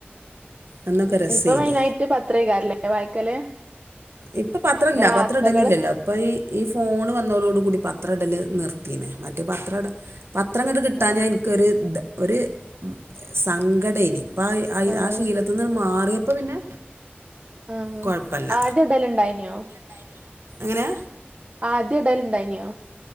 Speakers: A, on the right; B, on the right.
A: അന്നൊക്കെ രസേന്
B: ഇപ്പൊ മെയിനായിട്ട് പത്രേക്കാരല്ലേ വായിക്കല്
A: ഇപ്പൊ പത്രം
B: പിന്നെ
A: ഇല്ല
B: വാർത്തകള്
A: പത്രം ഇടലില്ലല്ലോ അപ്പം ഈ ഈ ഫോണ് വന്നവരോട കൂടി പത്ര ഇടല് നിർത്തിനേ മറ്റേ പത്ര ഇട പത്രം ഇങ്ങട്ട് കിട്ടാഞ്ഞാൽ
B: ആഹ്
A: എനിക്കൊരു ഒരു സങ്കടേനി പ ആയി
B: ആഹ്
A: ശീലം മാറിയപ്പോ പിന്നെ
B: ആഹ്
A: കൊഴപല്ല
B: ആദ്യം ഇടലുണ്ടായിനിയോ
A: എങ്ങനെ
B: ആദ്യം ഇടേൽ ഇണ്ടായിനിയോ